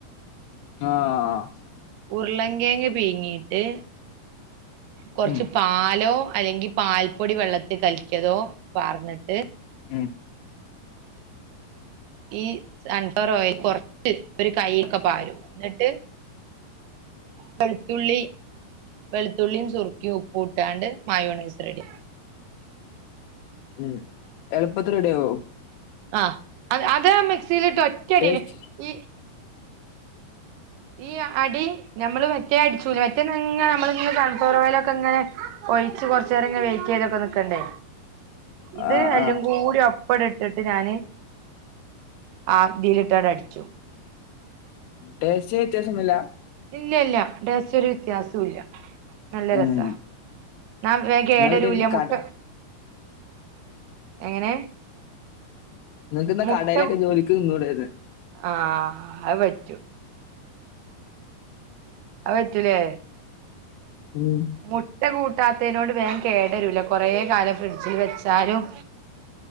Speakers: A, on the left; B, on the right.
A: ആഹ് ആഹ്
B: ഉരുളങ്കേങ്ങ് പീങ്ങിട്ട് കൊറച്ച്
A: ഉം
B: പാലോ അല്ലെങ്കി പാൽപ്പൊടി വെള്ളത്തിൽ കലക്കിയതോ പാർന്നിട്ട്
A: ഉം
B: ഈ സൺ‌ഫ്ലവർ ഓയിൽ കൊറച്ച് ഒരു കൈൽക്ക് പാരും എന്നിട്ട് വെളുത്തുള്ളി വെളുത്തുള്ളിയും സുറുക്കിം ഉപ്പും ഇട്ടാണ്ട് മായോണേസ് റെഡി
A: ഉം എളുപ്പത്തി റെടിയാവോ
B: ആഹ് അ അത് മിക്സിയിലിട്ട് ഒറ്റടി
A: ടേസ്റ്റ്
B: ഈ ഈ അടി ഞമ്മള് മറ്റേ അടിച്ചൂല മറ്റേ അങ്ങ് നമ്മള് ഇങ്ങനെ സൺഫ്ലവറോയൽ ഒക്കെ ഇങ്ങനെ ഒഴിച്ച് കൊറച്ച് നേരം ഇങ്ങനെ വെയിറ്റ് ചെയ്ത് ഒക്കെ നിക്കണ്ടേ ഇത്
A: ആഹ്
B: അല്ലും
A: ആഹ്
B: കൂടി അപ്പ ഇപ്പോള് ഇട്ടിട്ട് ഞാനെ ആഗിയിലിട്ട് അങ്ങ് അടിച്ചു
A: ടെസ്റ്റിന് വ്യത്യാസം ഒന്നും ഇല്ല
B: ഇല്ല ഇല്ല ടെസ്റ്റ്‌ ഒരു വ്യത്യാസവും ഇല്ല നല്ല
A: ഉം
B: രസാ നാ വേം കേടരൂല
A: എന്നാ പിന്നെ ഇങ്ങക്ക്
B: മുട്ട
A: കട
B: എങ്ങനെ
A: നിങ്ങക്ക് ഇന്ന്
B: മുട്ട
A: കടയലെ ഒക്കെ ജോലിക്ക് നിന്നൂടെ എയിരിന്ന
B: ആഹ് അ പറ്റും അത് പറ്റൂലേ
A: ഉം
B: മുട്ട കൂട്ടാത്തേനോട് വേം കേടരൂല കൊറെ കാലം ഫ്രിഡ്ജി വെച്ചാലും